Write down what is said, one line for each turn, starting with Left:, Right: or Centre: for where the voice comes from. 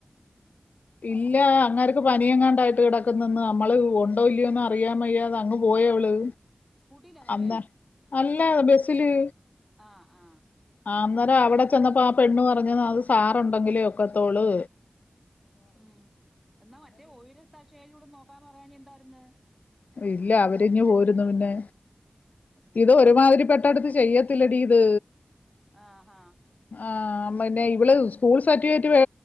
Left: ഇല്ല അങ്ങേർക്ക് പനിയെങ്ങാണ്ടായിട്ട് കെടക്ക്ന്ന് ഇന്ന് നമ്മള് ഉണ്ടോ ഇല്ലയോന്ന് അറിയാൻ വയ്യാത അങ് പോയ അവള്
Centre: സ്കൂട്ടിയിലാണോ
Left: അന്താ
Centre: പോയേ
Left: അല്ല ബസില്
Centre: ആ ആ
Left: ആ അന്നേരം അവിടെ ചെന്നപ്പോ ആ പെണ്ണ് പറഞ്ഞത് അത് സാറുണ്ടെങ്കിലേ ഒക്കെത്തോള്
Centre: ഉം എന്നാ മറ്റേ ഓവര തശയിലൂടെ ഒന്ന് നോക്കാൻ പറയാഞ്ഞ് എന്താര്ന്ന്
Left: ഇല്ല അവരിഞ്ഞു പോരുന്നു പിന്നെ
Centre: അയ്യോ
Left: ഇത് ഒരുമാതിരി പെട്ടടുത്ത് ചെയ്യത്തില്ലടീ ഇത്
Centre: ആ ഹാ
Left: ആ പിന്നെ ഇവിള് സ്കൂൾ സർട്ടിഫിക്കറ്റ് വെ